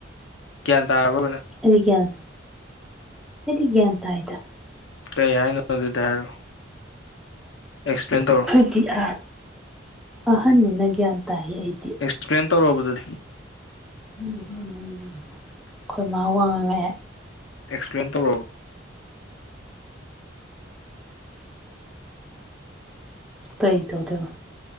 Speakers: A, on the left; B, in the centre.
A: ꯒ꯭ꯌꯥꯟ ꯇꯥꯔꯕꯕ ꯅꯪ
B: ꯑꯩꯗꯤ ꯒꯌꯥꯟ ꯑꯩꯗꯤ ꯒꯌꯥꯟ ꯇꯥꯏꯗ
A: ꯀꯩ ꯍꯥꯏꯅꯅꯣ ꯑꯗꯨꯗꯤ ꯍꯥꯏꯔꯛꯣ ꯑꯦꯛꯁꯄ꯭ꯂꯦꯟ ꯇꯧꯔꯣ
B: ꯏꯗꯤ ꯑ ꯑꯍꯟ ꯅꯅꯒ ꯑꯇꯥꯌꯦ ꯏꯗꯤ
A: ꯑꯦꯛꯁꯄ꯭ꯂꯦꯟ ꯇꯧꯔꯛꯕꯗꯨꯗꯤ
B: ꯑꯩꯈꯣꯏꯃ ꯋꯥꯉꯥꯡꯉꯥꯏ
A: ꯑꯦꯛꯁꯄ꯭ꯂꯦꯟ ꯇꯧꯔꯔꯕꯕ
B: ꯀꯩ ꯇꯧꯗꯕ